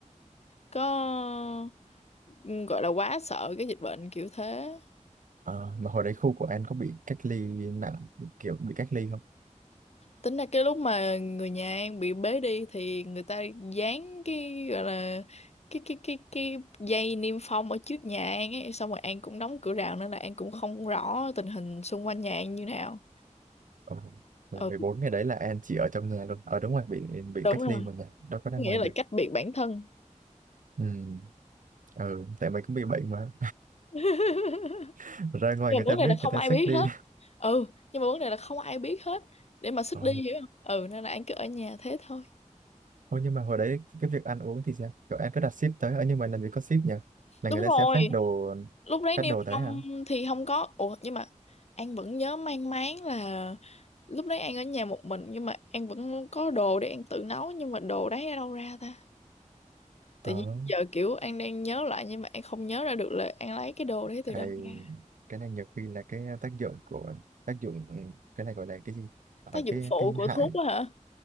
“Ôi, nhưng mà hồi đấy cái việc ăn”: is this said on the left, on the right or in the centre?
Right